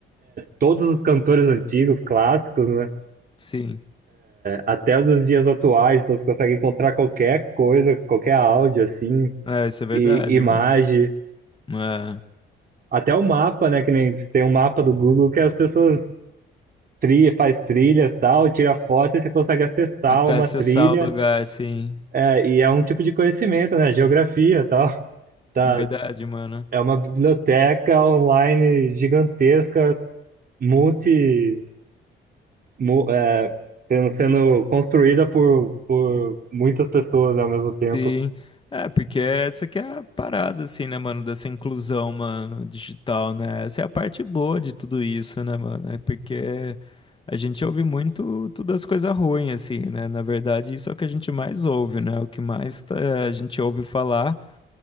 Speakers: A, on the right (about 50°); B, on the left (about 25°).
A: todos os cantores antigos, clássicos, né?
B: sim.
A: Até nos dias atuais, então você consegue encontrar qualquer coisa, qualquer áudio, assim,
B: É, isso é verdade,
A: e imagem,
B: mano. É,
A: até o mapa, né? Que nem tem um mapa do Google que as pessoas trilha, faz trilhas e tal, tira foto e você consegue acessar
B: até
A: uma
B: acessar
A: trilha,
B: o lugar, assim.
A: é, e é um tipo de conhecimento, né? Geografia e tal. <laughs> Tá,
B: Verdade, mano.
A: é uma biblioteca online gigantesca, multi, mu- é, sendo, sendo construída por, por muitas pessoas ao mesmo
B: Sim.
A: tempo.
B: É, porque essa que é a parada, assim, né, mano, dessa inclusão, mano, digital, né? Essa é a parte boa de tudo isso, né, mano? É porque a gente ouve muito todas as coisas ruins, assim, né? Na verdade, isso é o que a gente mais ouve, né? O que mais tá- a gente ouve falar